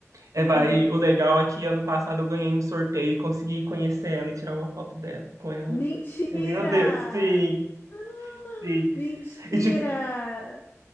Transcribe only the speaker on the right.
É, vai,
o legal é que ano passado eu ganhei um sorteio e consegui conhecer ela e tirar uma foto dela com ela.
Meu Deus, sim,
sim.
E tipo,